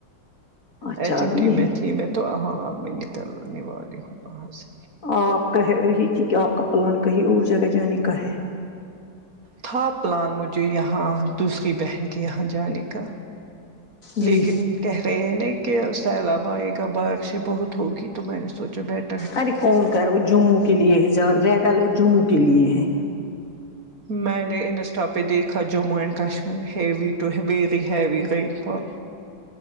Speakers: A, on the left (about 50°); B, on the right (about 55°).
A: اچھا
B: ایچ ایم
A: ابھی
B: ٹی
A: نہیں
B: میں تھی میں تو ہاں اب میں نکلنے والی ہوں وہاں سے
A: آپ کہہ رہی تھی کہ آپ کا پلان کہیں اور جگہ جانے کا ہے
B: تھا پلان مجھے یہاں دوسری بہن کے یہاں جانے کا
A: جی
B: لیکن کہہ رہے ہیں نہ کہ سیلاب آئے گا بارشیں بہت ہوگی تو میں نے سوچا بیٹھ
A: ارے کون کہہ رہا وہ جموں کے لیے ہے زیاد زیادہ لوگ جموں کے لیے ہے
B: میں نے انسٹا پے دیکھا Jammu and Kashmir heavy to very heavy رین فال